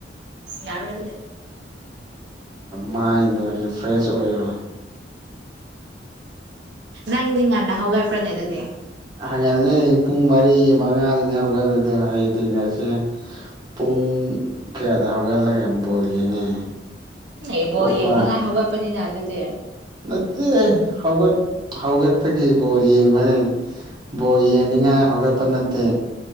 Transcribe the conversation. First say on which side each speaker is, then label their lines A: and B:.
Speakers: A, on the right; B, on the right.
A: ꯌꯥꯔꯋꯥꯏꯗꯤ
B: ꯃꯥꯏꯗꯔ ꯐ꯭ꯔꯦꯁ ꯑꯣꯏꯣ
A: ꯅꯪꯗꯤ ꯉꯟꯅ ꯍꯧꯒꯥꯏ ꯄ꯭ꯔꯉꯩ ꯑꯗꯨꯗꯤ
B: ꯍꯪꯒꯂꯦ ꯄꯨꯡ ꯃꯔꯤ ꯃꯉꯥꯗꯅꯤ ꯍꯧꯒꯠꯂꯦ ꯑꯗꯨꯅ ꯑꯩꯗꯤ ꯉꯁꯤ ꯄꯨꯡ ꯀꯌꯥꯗ ꯍꯧꯒꯠꯂꯒ ꯕꯣꯜ ꯌꯦꯡꯉꯦ
A: ꯑꯦꯕꯣ
B: ꯎꯄꯥ
A: ꯌꯦꯡꯅꯤꯡꯉꯥꯏ ꯍꯧꯒꯠꯄꯅꯤꯅ ꯑꯗꯨꯗꯤꯦ
B: ꯅꯠꯇꯦ ꯍꯧꯒ ꯍꯧꯒꯠꯇꯒꯤꯕꯔꯤ ꯃ ꯕꯣꯜ ꯌꯦꯡꯅꯤꯡꯉꯥꯏ ꯍꯧꯒꯠꯄ ꯅꯠꯇꯦ